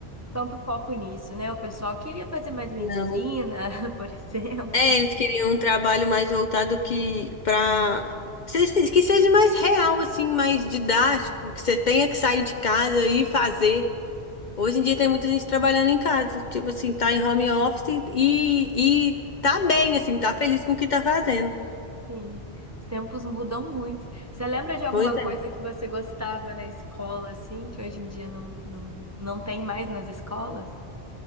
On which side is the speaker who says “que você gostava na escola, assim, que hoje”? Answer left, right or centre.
Right